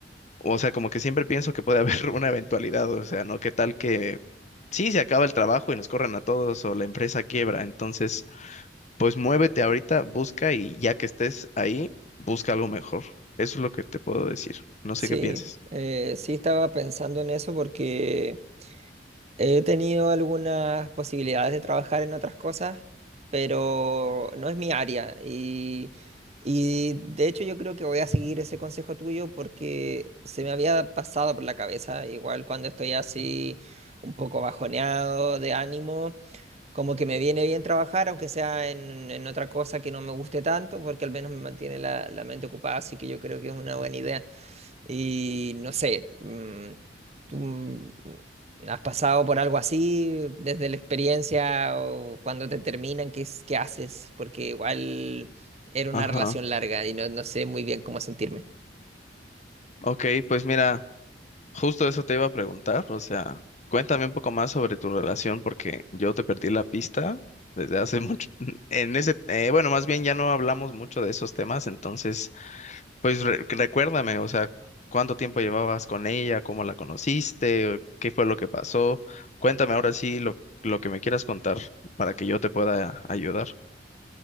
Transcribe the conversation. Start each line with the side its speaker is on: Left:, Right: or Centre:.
Left: o sea, como que siempre pienso que puede haber <laughs> una eventualidad, o sea, ¿no? ¿Qué tal que... Sí, se acaba el trabajo y nos corran a todos o la empresa quiebra, entonces pues muévete ahorita, busca y ya que estés ahí, busca algo mejor. Eso es lo que te puedo decir. No sé
Right: Sí,
Left: qué pienses.
Right: eh, sí estaba pensando en eso porque he tenido algunas posibilidades de trabajar en otras cosas, pero no es mi área. Y, y de hecho yo creo que voy a seguir ese consejo tuyo porque se me había pasado por la cabeza, igual cuando estoy así un poco bajoneado de ánimo, como que me viene bien trabajar, aunque sea en, en otra cosa que no me guste tanto, porque al menos me mantiene la, la mente ocupada, así que yo creo que es una buena idea. Y no sé, mm, ¿tú mm, has pasado por algo así desde la experiencia o cuando te terminan? ¿Qué, es- qué haces? Porque igual era una
Left: Ajá.
Right: relación larga y no, no sé muy bien cómo sentirme.
Left: Ok, pues mira, justo eso te iba a preguntar. O sea, cuéntame un poco más sobre tu relación porque yo te perdí la pista desde hace mucho. <laughs> En ese, eh, bueno, más bien ya no hablamos mucho de esos temas, entonces Pues re- recuérdame, o sea, ¿cuánto tiempo llevabas con ella? ¿Cómo la conociste? ¿Qué fue lo que pasó? Cuéntame ahora sí lo, lo que me quieras contar para que yo te pueda ayudar.